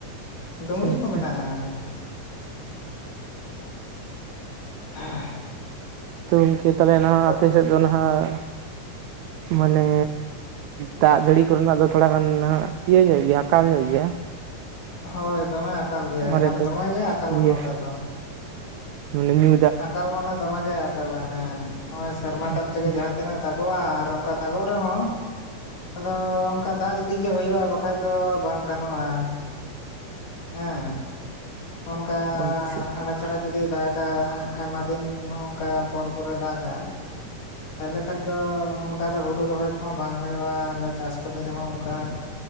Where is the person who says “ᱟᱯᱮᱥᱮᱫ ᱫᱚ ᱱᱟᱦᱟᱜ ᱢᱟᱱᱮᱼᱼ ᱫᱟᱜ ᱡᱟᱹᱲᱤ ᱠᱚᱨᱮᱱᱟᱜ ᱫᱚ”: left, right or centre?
Right